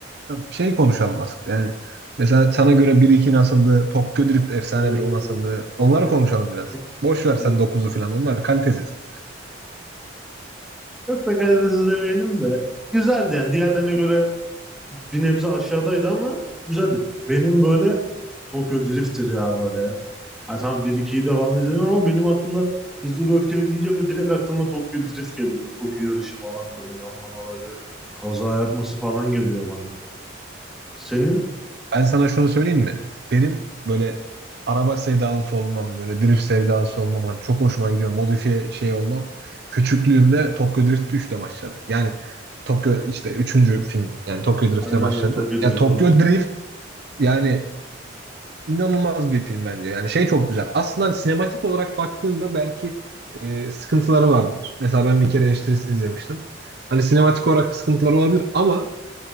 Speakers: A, on the right; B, in the centre.
A: Şeyi konuşalım aslında yani. Mesela sana göre bir iki nasıldı? Tokyo Drift efsanedir
B: o
A: o nasıldı? Onları
B: çok kötü.
A: konuşalım biraz. Boş ver sen
B: Benim-
A: dokuzu falan. Onlar kalitesiz.
B: Çok da kalitesiz demeyelim de güzeldi yani. Diğerlerine göre bir nebze aşağıdaydı ama güzeldi. Benim böyle Tokyo Drift'tir ya böyle. Ha, tamam 1-2'yi de falan izledim ama benim aklımda Hızlı ve Öfkeli deyince böyle direkt aklıma Tokyo Drift geliyor. Böyle Tokyo yarışı falan böyle yanlamaları, kaza yapması falan geliyor bana böyle. Senin
A: Ben sana şunu söyleyeyim mi? Benim böyle araba sevdalısı olmam, böyle drift sevdalısı olmam, hani çok hoşuma gidiyor, modifiye şey olmam. Küçüklüğümde Tokyo Drift 3'le başladı. Yani Tokyo işte üçüncü film yani Tokyo Drift'le
B: aynen
A: başladı.
B: aynen Tokyo Drift
A: Yani Tokyo
B: tabii.
A: Drift yani inanılmaz bir film bence. Yani şey çok güzel. Aslında hani sinematik olarak baktığında belki e, sıkıntıları vardır. Mesela ben bir kere eleştirisini izlemiştim. Hani sinematik olarak sıkıntıları olabilir ama